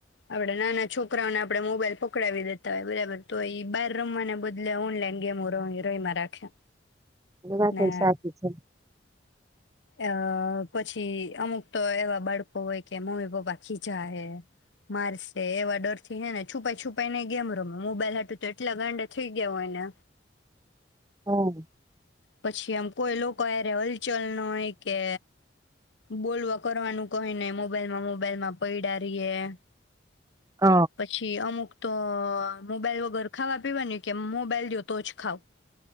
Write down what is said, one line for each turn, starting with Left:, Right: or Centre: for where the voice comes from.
Left: આપણેે નાના છોકરાઓને આપડે મોબાઈલ પકડાવી દેતા હોય બરાબર, તો ઈ બહાર રમવાના બદલે ઓનલાઈન ગેમું ર રયમા રાખે.
Right: એ વાત
Left: ને
Right: એય સાચી છે.
Left: અહ પછી અમુક તો એવા બાળકો હોય કે મમ્મી પપ્પા ખીજા હે, મારસે, એવા ડર થી હે ને છુપાઈ-છુપાઈ ને ગેમ રમે, મોબાઈલ હાટું તો એટલા ગાંડા થઈ ગયા હોય ને
Right: હમ્મ.
Left: પછી આમ કોઈ લોકો હાયરે હલચલ ન કે બોલવા કરવાનું કહે નને મોબાઈલ માં મોબાઈલમાં પડિયા રિયે
Right: હ
Left: પછી અમુક તો મોબાઈલ વગર ખાવા પીવાની કે મોબાઈલ દો તો જ ખાાવ